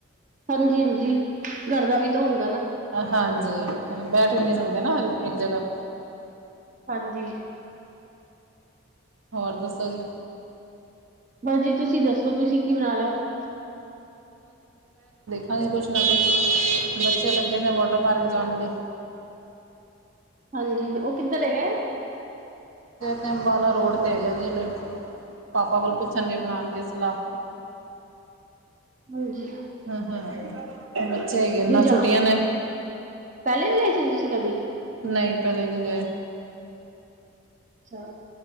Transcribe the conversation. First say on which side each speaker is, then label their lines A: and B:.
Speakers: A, on the right (about 40°); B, on the right (about 75°).
A: ਹਾਂਜੀ -ਹਾਂਜੀ ਗਰ ਦਾ ਵੀ ਤਾਂ ਹੁੰਦ
B: ਹਾਂਜੀ ਬੈਠ ਵੀ ਨਹੀਂ ਸਕਦੇ ਨਾ ਇੱਕ ਜਗ੍ਹਾ
A: ਹਾਂਜੀ
B: ਹੋਰ ਦੱਸੋ ਜੀ।
A: ਬਜੀ ਤੁਸੀਂ ਦੱਸੋ ਤੁਸੀਂ ਕੀ ਬਣਾ ਰਹੇ ਹੋ।
B: ਹਾਂਜੀ ਕੁਛ ਨਾ ਕੁਛ ਬੱਚੇ ਲੱਗੇ ਨੇ ਵਾਟਰ ਪਾਰਕ ਜਾਣ ਲਈ
A: ਹਾਂਜੀ ਉਹ ਕਿੱਧਰ ਹੈਗਾ।
B: ਤੇ ਅੰਬਾਲਾ ਰੋਡ ਤੇ ਹੈਗਾ ਜ ਪਾਪਾ ਕੋਲ ਪੁੱਛਣਗੇ ਬਣਾਉਣਗੇ ਸਲਾਹ
A: ਹਾਂਜੀ
B: <unintelligible> ਬੱਚੇ ਹੈਗੇ ਨਾ
A: ਦੂਜਾ
B: ਛੁੱਟੀਆਂ ਨੇ
A: ਪਹਿਲੇ ਵੀ ਗਏ ਸੀ ਤੁਸੀਂ ਕਦੀ
B: ਨਹੀਂ ਪਹਿਲਾਂ ਨਹੀਂ ਗਏ।
A: ਅੱਛਾ